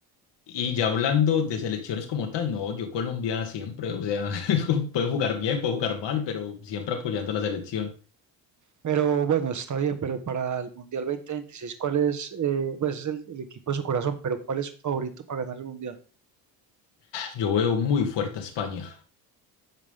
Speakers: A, on the left; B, on the right.
A: Y ya hablando de selecciones como tal, no, yo Colombia siempre, o sea, <laughs> puedo jugar bien, puedo jugar mal, pero siempre apoyando a la selección.
B: Pero bueno, está bien, pero para el Mundial 2026, ¿cuál es? eh, pues es el, el equipo de su corazón, pero ¿cuál es su favorito para ganar el Mundial?
A: Yo veo muy fuerte a España.